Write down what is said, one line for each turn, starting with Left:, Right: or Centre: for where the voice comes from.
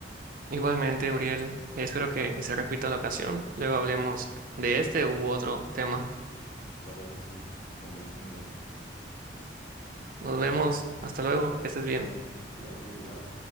Right: Igualmente, Uriel, espero que, que se repita la ocasión. Luego hablemos de este u otro tema.
Left: Claro que sí, con gusto, amigo.
Right: Nos vemos, hasta luego, que estés bien.
Left: Listo, cuídate igual.